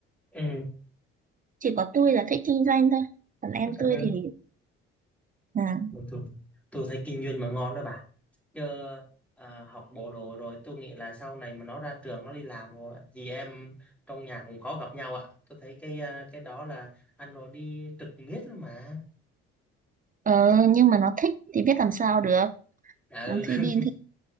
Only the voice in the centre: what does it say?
Ừ,
anh
Tôi, tôi thấy kinh doanh mà ngon đó bà. Chứ ờ, học bộ đội rồi tôi nghĩ là sau này mà nó ra trường nó đi làm rồi á, chị em trong nhà cũng khó gặp nhau ạ. Tôi thấy cái ờ, cái đó là anh rồi đi trực miết luôn mà.
À,
ừ.
<laughs>